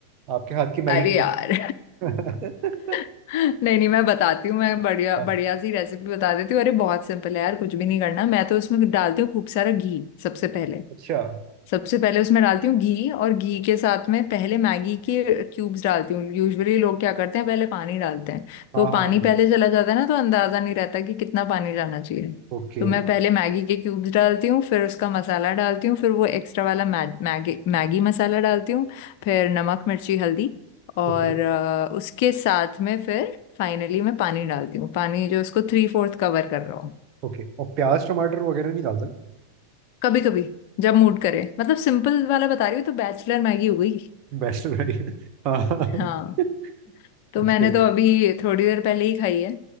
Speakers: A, on the right (about 35°); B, on the left (about 50°).
A: आपके हाथ
B: <laughs>
A: की मैगी
B: अरे यार
A: खा- <laughs>
B: <laughs> नहीं नहीं मैं बताती हूँ मैं बढ़िया
A: हाँ,
B: बढ़िया सी रेसिपी बता देती हूँ अरे बहुत सिंपल है यार कुछ भी नहीं करना मैं तो उसमें डालती हूँ खूब सारा घी सबसे पहले
A: अच्छा
B: सबसे पहले उसमें डालती हूँ घी और घी के साथ में पहले मैगी के क्यूब्स डालती हूँ यूजुअली लोग क्या करते हैं पहले पानी डालते हैं तो
A: हाँ
B: वो
A: हाँ
B: पानी
A: हाँ
B: पहले चला जाता है ना तो अंदाजा नहीं रहता कि कितना पानी डालना चाहिए
A: ओके
B: तो मैं पहले मैगी के क्यूब्स डालती हूँ फिर उसका मसाला डालती हूँ फिर वो एक्स्ट्रा वाला मैग, मैगी मैगी मसाला डालती हूँ फिर नमक मिर्ची हल्दी और
A: ओके
B: अ, उसके साथ में फिर फाइनली मैं पानी डालती हूँ पानी जो उसको थ्री फोर्थ कवर कर रहा हूँ
A: ओके और प्याज टमाटर वगैरह नहीं डालता ना
B: कभी कभी जब मूड करे मतलब सिंपल वाला बता रही हूँ तो बैचलर मैगी हो गई
A: वैष्णव हाँ
B: हाँ
A: <laughs>
B: तो
A: अच्छा
B: मैंने तो अभी थोड़ी देर पहले ही खाई है